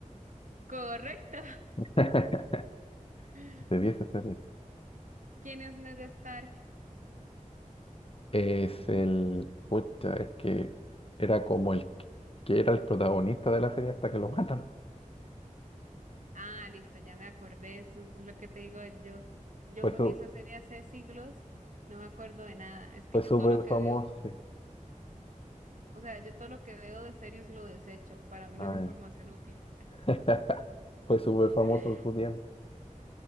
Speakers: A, on the right (about 70°); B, on the left (about 45°).
A: Correcto.
B: <laughs>
A: <laughs>
B: debiese ser eso.
A: ¿Quién es Ned Stark?
B: Es el, pucha, es que era como el que que era el protagonista de la serie hasta que lo matan.
A: Ah, listo, ya me acordé, es lo que te digo, yo, yo
B: Fue
A: me
B: su,
A: vi esa serie hace siglos, no me acuerdo de nada, es que
B: fue
A: yo
B: súper
A: todo lo que
B: famoso,
A: veo,
B: sí.
A: o sea, yo todo lo que veo de series lo desecho, para mí
B: Ah,
A: no es información útil.
B: ya. <laughs> Fue súper famoso
A: <laughs>
B: en su tiempo.